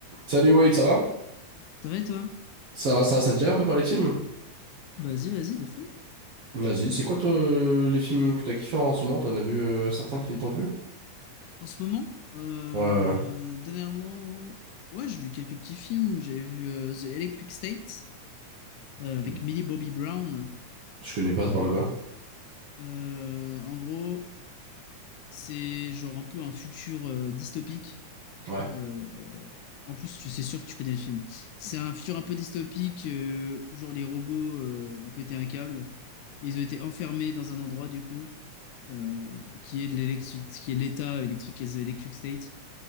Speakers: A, on the right; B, on the left.
A: Salut Wade, ça va?
B: Ça va et toi?
A: Ça, ça, ça te dirait un peu par les films?
B: Vas-y, vas-y, de fou.
A: Vas-y, c'est quoi toi
B: T'as-
A: euh, les films que t'as kiffé en ce moment? T'en as vu euh, certains qui t'ont plu?
B: En ce moment, euh,
A: Ouais, ouais.
B: dernièrement, ouais, j'ai vu quelques petits films. J'ai vu euh, The Electric State euh, avec
A: ouais.
B: Millie Bobby Brown.
A: Je connais pas, ça parle de quoi?
B: Euh, en gros, c'est genre un peu un futur euh, dystopique.
A: Ouais.
B: Euh, en plus, tu c'est sûr que tu connais le film. C'est un futur un peu dystopique euh, où genre les robots euh, ont pété un câble et ils ont été enfermés dans un endroit du coup euh, qui est de l'électric- qui est l'État électrique et The Electric State.